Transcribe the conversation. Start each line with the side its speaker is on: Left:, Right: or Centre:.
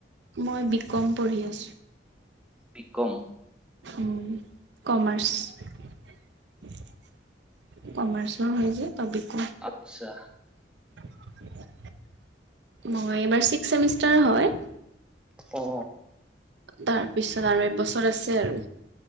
Right: মই বি কম পঢ়ি আছোঁ।
Centre: বিকম।
Right: উম্ কমাৰ্চ। কমাৰ্চৰ হয় যে। ত বি কম
Centre: আত্ছা
Right: <unintelligible> মই এইবাৰ ছিক্স চেমিষ্টাৰ হয়।
Centre: অ
Right: তাৰ পিছত আৰু এবছৰ আছে আৰু।